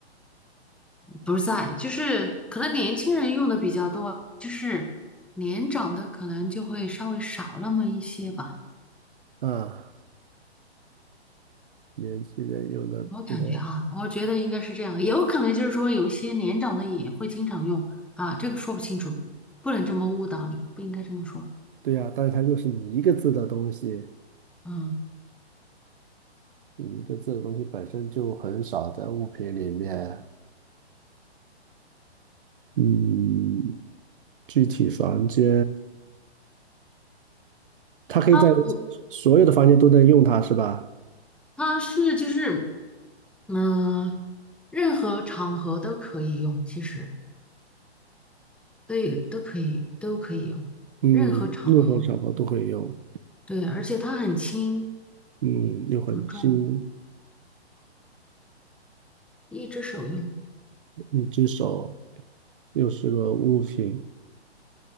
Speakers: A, in the centre; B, on the right (about 50°).
A: 不在，就是可能年轻人用的比较多，就是年长的可能就会稍微少那么一些吧。
B: 啊，年轻人用的多。
A: 我感觉啊，我觉得应该是这样，也有可能就是说有些年长的也会经常用啊，这个说不清楚，不能这么误导你，不应该这么说。
B: 对呀，但是它又是一个字的东西，
A: 嗯，
B: 一个字的东西本身就很少在物品里面。嗯，具体房间，它可以在
A: 它不，
B: 所有的房间都能用它是吧？
A: 它是就是嗯，任何场合都可以用，其实。对，都可以，都可以用，
B: 嗯，
A: 任何场合。
B: 任何场合都会用。
A: 对，而且它很轻
B: 嗯，又很轻，
A: 不重，一只手用。
B: 一只手又是个物品。